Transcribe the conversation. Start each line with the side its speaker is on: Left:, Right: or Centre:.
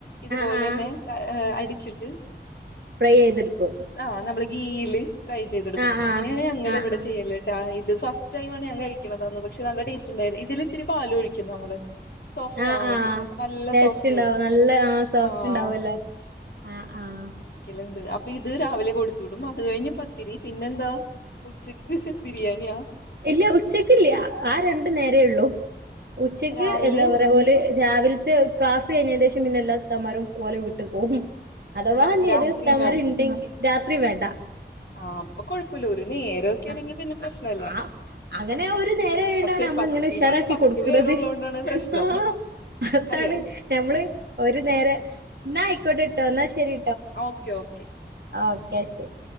Left: ഇതുപോലെന്നെ
Right: ആഹ് ആഹ്
Left: ആഹാ അടിച്ചിട്ട്
Right: ഫ്രൈയ്തെടുക്കും
Left: ആഹ് നമ്മള് ഗീയിൽ ഫ്രൈ ചെയ്തെടുക്കും
Right: ആഹ്
Left: അങ്ങനെയാണ്
Right: ആഹ്
Left: ഞങ്ങള്
Right: ആഹ്
Left: ഇവിടെ
Right: ആഹ്
Left: ചെയ്യല് ഇത് ഫസ്റ്റ് ടൈമാണ് ഞാൻ കഴിക്കണതന്ന് പക്ഷെ നല്ല ടേസ്റ്റ്ണ്ടായിരുന്നു ഇതിലിത്തിരി പാലൊഴിക്കും നമ്മള് സോഫ്റ്റാവാൻ
Right: ആഹ് ആഹ്
Left: വേണ്ടിട്ട് അപ്പൊ നല്ല
Right: ടേസ്റ്റ്
Left: സോഫ്റ്റായിരിക്കും
Right: ഉണ്ടാവും നല്ല ആ സോഫ്റ്റ്
Left: ആഹാ
Right: ഉണ്ടാവല്ലോ ആഹ് ആഹാ
Left: ല്ണ്ട് അപ്പൊയിത് രാവിലെ കൊടുത്ത് വിടും അത് കഴിഞ്ഞ് പത്തിരി പിന്നെന്താ ഉച്ചയ്ക്ക് ബിരിയാണിയാ
Right: ഇല്ല ഉച്ചക്കില്യ ആ രണ്ട് നേരേയുള്ളൂ ഉച്ചക്ക്
Left: രാവിലെയും
Right: എന്താ പറയാ ഓ ല് രാവിലത്തെ ക്ലാസ് കഴിഞേന്റെഷം പിന്നെ എല്ലാ ഉസ്താമാരും ഓലെ വീട്ട് പോവും അഥവാ ഇനി
Left: രാത്രിയും
Right: ഏതേലും ഉസ്താദ്മാര്ണ്ടെങ്കി രാത്രി വേണ്ട
Left: ആഹ് അപ്പൊ കൊഴപ്പല്ല ഒരു നേരൊക്കെയാണെങ്കി
Right: ആ
Left: പിന്നെ പ്രശ്നല്ല
Right: ആ അങ്ങനെ ഒരു നേരായോണ്ടാണ്
Left: പക്ഷെ
Right: നമ്മള്
Left: പത്തിരി
Right: ഇങ്ങനെ ഉഷാറാക്കി
Left: പത്ത്
Right: കൊടുക്കണത്
Left: പേരുള്ളോണ്ടാണ് പ്രശ്നം
Right: ആഹാ അതാണ്
Left: അല്ലെ
Right: നമ്മള് ഒരു നേരെ ന്നാ ആയിക്കോട്ടെട്ടോ എന്നാ ശരി
Left: ഓക്കെ ഓക്കെ
Right: ആ ഓക്കെ ശരി